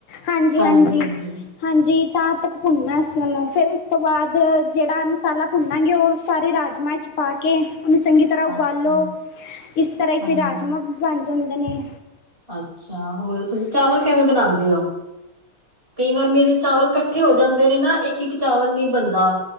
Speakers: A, on the left; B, on the right.
A: ਹਾਂਜੀ
B: ਹਾਂਜੀ-ਹਾਂਜੀ
A: -ਹਾਂਜੀ ਹਾਂਜੀ ਤਾਂ ਤੱਕ ਭੁੰਨਨਾ ਅਸੀਂ ਉਹਨੂੰ ਫਿਰ ਉਸ ਤੋਂ ਬਾਅਦ ਜਿਹੜਾ ਮਸਾਲਾ ਭੁੰਨਾਂਗੇ ਉਹ। ਸਾਰੇ ਰਾਜਮਾ ਚ ਪਾ। ਕੇ ਉਹਨੂੰ ਚੰਗੀ ਤਰ੍ਹਾਂ ਉਬਾਲੋ
B: ਅੱਛਾ
A: ਇਸ ਤਰ੍ਹਾਂ ਹੀ
B: ਹਾਂਜੀ।
A: ਫਿਰ ਰਾਜਮਾ ਵੀ ਬਣ ਜਾਂਦੇ ਨੇ।
B: ਅੱਛਾ ਹੋਰ ਤੁਸੀਂ ਚਾਵਲ
A: ਹੋਰ
B: ਕਿਵੇਂ ਬਣਾਉਦੇ ਹੋ। ਕਈ ਵਾਰ ਮੇਰੇ ਚਾਵਲ ਇਕੱਠੇ ਹੋ ਜਾਂਦੇ ਨੇ ਨਾ ਇੱਕ -ਇੱਕ ਚਾਵਲ ਨਹੀਂ ਬਣਦਾ।